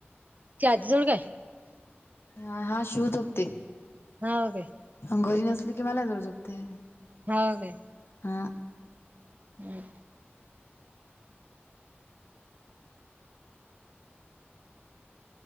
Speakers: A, on the right (about 40°); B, on the left (about 65°).
A: क आजीजवळ काय?
B: हा हा शूज होकते.
A: हा काे
B: अंगोज नसली की मला जोड जुगते.
A: हो काे
B: ह
A: हम्